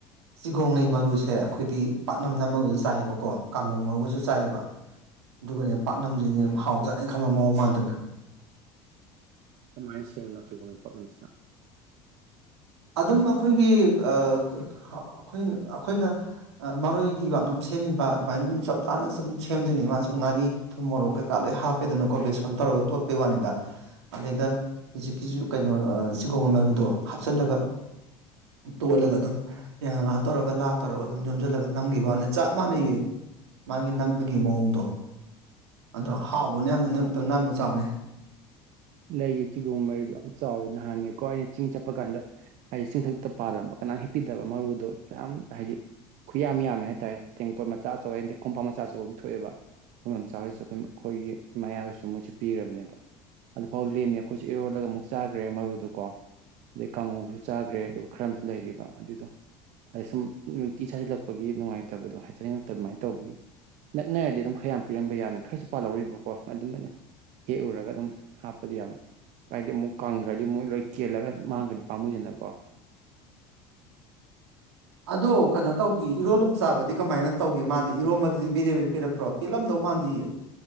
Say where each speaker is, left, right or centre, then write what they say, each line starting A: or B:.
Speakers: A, on the right; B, on the right.
A: ꯆꯤꯒꯣꯡꯂꯩ ꯃꯔꯨꯁꯦ ꯑꯩꯈꯣꯏꯗꯤ ꯄꯥꯛꯅꯝ ꯅꯝꯃꯒꯁꯨ ꯆꯥꯏꯌꯦꯕꯀꯣ ꯀꯥꯡꯒꯣꯡ ꯃꯔꯨꯒꯁꯨ ꯆꯥꯏꯌꯦꯕ ꯑꯗꯨꯒꯅꯦ ꯄꯥꯛꯅꯁꯤꯅꯅꯦ ꯍꯥꯎ ꯆꯥꯠꯅꯦꯅ ꯈꯪꯕ ꯃꯑꯣꯡ ꯃꯥꯟꯗꯅ
B: ꯀꯃꯥꯏꯅ ꯁꯦꯝꯅꯣ ꯁꯤꯒꯨꯝꯕ ꯄꯥꯛꯅꯝꯁꯤꯅ
A: ꯑꯗꯨꯝ ꯑꯩꯈꯣꯏꯒꯤ ꯑꯥ ꯑꯈꯣꯏꯅ ꯑꯈꯣꯏꯅ ꯃꯔꯣꯏꯒꯤ ꯕꯥꯛꯅꯝ ꯁꯦꯝꯃꯤꯕ ꯑꯗꯨꯃꯥꯏꯅ ꯑꯗꯨꯝ ꯆꯞ ꯆꯥꯅ ꯁꯨꯝ ꯁꯦꯝꯗꯣꯏꯅꯤ ꯃꯥꯁꯨ ꯉꯥꯔꯤ ꯊꯨꯝ ꯃꯣꯔꯣꯛ ꯀꯩꯀꯥ ꯂꯣꯏ ꯍꯥꯞꯄꯦꯗꯅꯀꯣ ꯕꯦꯁꯣꯟ ꯇꯧꯔꯒ ꯇꯣꯠꯄꯩ ꯋꯥꯅꯤꯗ ꯑꯗꯨꯗꯩꯗ ꯍꯧꯖꯤꯛꯀꯤꯁꯨ ꯀꯩꯅꯣ ꯑꯥ ꯆꯤꯒꯣꯡ ꯃꯔꯨꯗꯣ ꯍꯥꯞꯆꯤꯜꯂꯒ ꯇꯣꯠꯂꯒ ꯑꯗꯨꯝ ꯌꯥꯡꯉꯂꯥ ꯇꯧꯔꯒ ꯂꯥ ꯇꯧꯔꯒ ꯑꯗꯨꯝ ꯌꯣꯝꯁꯤꯜꯂꯒ ꯅꯝꯈꯤꯕ ꯋꯥꯅꯦ ꯆꯞ ꯃꯥꯟꯅꯩꯌꯦ ꯃꯥꯒꯤ ꯅꯝꯕꯒꯤ ꯃꯑꯣꯡꯗꯣ ꯑꯗꯣ ꯍꯥꯎꯕꯅꯦ ꯌꯥꯝꯅ ꯅꯪ ꯑꯝꯇꯥ ꯅꯝꯃꯥ ꯆꯥꯎꯅꯦ
B: ꯂꯩꯒꯤ ꯆꯤꯒꯣꯝ ꯃꯔꯤꯗꯣ ꯌꯥꯝ ꯆꯥꯎꯋꯦ ꯅꯍꯥꯟꯅꯦꯀꯣ ꯑꯩ ꯆꯤꯡ ꯆꯠꯄ ꯀꯥꯟꯗ ꯍꯥꯏꯗꯤ ꯆꯤꯡꯊꯛꯇ ꯄꯥꯜꯂꯝꯕ ꯀꯅꯥꯝ ꯍꯦꯛꯄꯤꯗꯕ ꯃꯔꯨꯗꯣ <unintelligible> ꯍꯥꯏꯗꯤ ꯈꯨꯌꯥꯝ ꯌꯥꯝꯃꯦ ꯍꯥꯏ ꯇꯥꯏ ꯇꯦꯡꯀꯣꯠ ꯃꯆꯥ <unintelligible> ꯀꯣꯝꯄꯥꯛ ꯃꯆꯥ ꯑꯆꯧꯕ ꯑꯃ ꯊꯣꯛꯑꯦꯕ ꯈꯣꯏ ꯃꯥꯝꯆꯥ ꯍꯣꯏꯁꯨ ꯑꯩꯈꯣꯏ ꯈꯣꯏꯒꯤ ꯃꯌꯥꯍꯣꯏꯁꯨ ꯃꯣꯏꯁꯨ ꯄꯤꯈ꯭ꯔꯕꯅꯦꯕ ꯑꯗꯨꯐꯥꯎ ꯂꯦꯝꯃꯦ ꯑꯩꯈꯣꯏꯁꯨ ꯏꯔꯣꯜꯂꯒ ꯑꯃꯨꯛ ꯆꯥꯈ꯭ꯔꯦ ꯃꯔꯨꯗꯨꯀꯣ ꯑꯗꯩ ꯀꯥꯡꯉꯧꯁꯨ ꯆꯥꯈ꯭ꯔꯦ ꯑꯗꯨꯒ ꯈꯔ ꯑꯃꯁꯨ ꯂꯩꯔꯤꯕ ꯑꯗꯨꯗꯣ ꯑꯗꯩ ꯁꯨꯝ ꯅꯨꯡꯇꯤ ꯁꯥꯁꯤꯜꯂꯛꯄꯒꯤ ꯅꯨꯡꯉꯥꯏꯇꯕꯗꯣ ꯍꯥꯏ ꯆꯅꯤꯡꯅꯤꯡꯉꯛꯇ ꯑꯗꯨꯃꯥꯏꯅ ꯇꯧꯕꯒꯤ ꯅꯛꯅꯔꯗꯤ ꯑꯗꯨꯝ ꯈꯌꯥꯝ ꯄꯤꯔꯝꯕ ꯌꯥꯕꯅꯦ ꯈꯔꯁꯨ ꯄꯥꯜꯍꯧꯔꯤꯕꯀꯣ <unintelligible> ꯍꯦꯛ ꯎꯔꯒ ꯑꯗꯨꯝ ꯍꯥꯞꯄꯗꯤ ꯌꯥꯕꯅꯦ ꯀꯥꯏꯗꯤ ꯑꯃꯨꯛ ꯀꯪꯈ꯭ꯔꯗꯤ ꯃꯣꯏ ꯂꯣꯏ ꯀꯦꯜꯂꯒ ꯃꯥꯡꯈ꯭ꯔꯗꯤ ꯄꯥꯝꯃꯨꯏꯗꯅꯀꯣ
A: ꯑꯗꯨ ꯀꯩꯅꯣ ꯇꯧꯗꯤꯌꯦ ꯏꯔꯣꯜꯂꯒ ꯆꯥꯕꯗꯤ ꯀꯃꯥꯏꯅ ꯇꯧꯒꯦ ꯃꯥꯗꯤ ꯏꯔꯣꯝꯕꯗꯨꯗꯤ ꯕꯦꯗꯦ ꯕꯦꯗꯦ ꯄꯦꯠꯂꯛꯄ꯭ꯔꯣ ꯄꯦꯜꯂꯝꯗꯧ ꯃꯥꯥꯟꯗꯤꯌꯦ